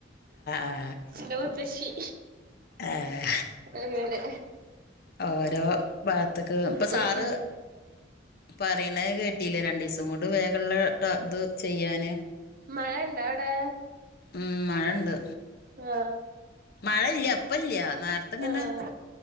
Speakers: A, on the left (about 55°); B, on the right (about 50°).
A: ആ
B: എന്റെ മൂത്തച്ചി.
A: ഏഹ്
B: അങ്ങിനെ?.
A: ഓരോ ഭാഗത്തക്ക് ഇപ്പൊ
B: ഉം
A: സാറ് പറയുന്നത് കെട്ടിയില്ലേ രണ്ടു ദിവസം കൊണ്ട് വേഗുള്ള ട്ട ഇത് ചെയ്യാന്
B: മഴ ഇണ്ടോ അവിടെ
A: ഉം മഴണ്ട്.
B: ആഹ
A: മഴ ഇല്ല ഇപ്പല്ല നേരത്തെങ്ങനെ
B: ആഹ്